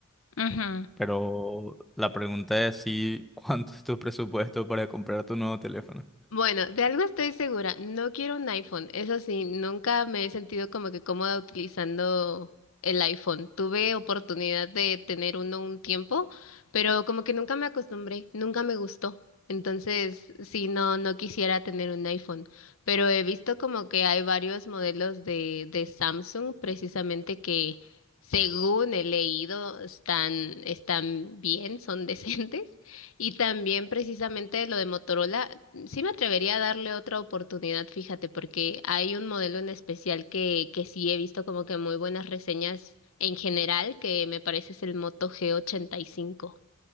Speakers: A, on the left; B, in the centre.
A: Ujú.
B: pero la pregunta es si <laughs> cuánto es tu presupuesto para comprar tu nuevo teléfono.
A: Bueno, de algo estoy segura, no quiero un iPhone. Eso sí, nunca me he sentido como que cómoda utilizando el iPhone. Tuve oportunidad de tener uno un tiempo, pero como que nunca me acostumbré, nunca me gustó. Entonces, sí, no, no quisiera tener un iPhone, pero he visto como que hay varios modelos de, de Samsung precisamente que, según he leído, están, están bien, son <laughs> decentes. Y también precisamente lo de Motorola. Sí me atrevería a darle otra oportunidad, fíjate, porque hay un modelo en especial que, que sí he visto como que muy buenas reseñas en general, que me parece es el Moto G85